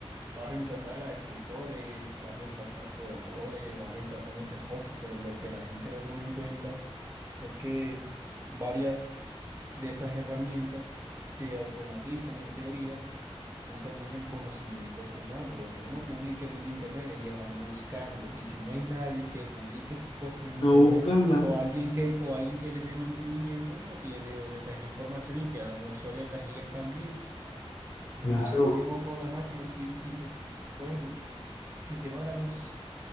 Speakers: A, on the right; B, on the left.
A: Va a reemplazar a escritores, va a reemplazar programadores, va a reemplazar muchas cosas, pero lo que la gente no toma en cuenta es que varias de esas herramientas que automatizan en teoría usan es el conocimiento humano, lo que uno publica en el internet, ellas van buscando y si no hay nadie que publique esas cosas en internet
B: No buscan nada.
A: o alguien que o alguien que les dé mantenimiento no tiene de dónde sacar información y quedan obsoletas ellas también.
B: Claro,
A: Entonces lo mismo con las máquinas, si, si se por ejemplo, si se va la luz